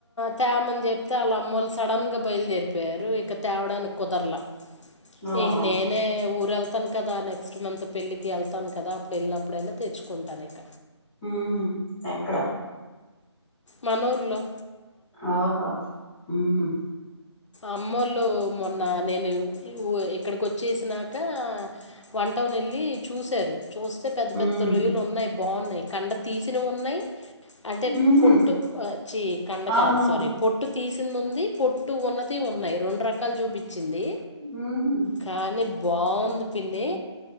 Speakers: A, on the left; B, on the left.
A: తామ్మని చెప్తే వాళ్ళమ్మోళ్ళు సడన్ గా బయలుదేరిపోయారు. ఇక తేవడానికి కుదరలా
B: ఓహో!
A: ఇగ నేనే ఉర్ ఊరెళ్తాను కదా, నెక్స్ట్ మంత్ పెళ్ళికి వెళ్తాను కదా, అప్పుడెళ్ళినప్పుడైనా తెచ్చుకుంటానిక.
B: ఉమ్ హుమ్ ఎక్కడ
A: మనూర్లో
B: అహో ఊహు
A: అమ్మోళ్లు మొన్న నేను ఊ ఇక్కడికి వచ్చేసినాక వంటోన్ వెళ్ళి చూసారు చూస్తే పెద్ద
B: హ్మ్.
A: పెద్ద రొయ్యలున్నాయ్, బావున్నాయి. కండ తీసిన ఉన్నయ్. అటే
B: హుహు.
A: పొట్టు ఆ చ్చి కండ
B: అవునవును.
A: కాదు సారీ పొట్టు తీసిందుంది, పొట్టు ఉన్నది ఉన్నాయ్, రెండు రకాలు చూపి నచ్చింది,
B: హుహు.
A: కానీ బావుంది పిన్ని.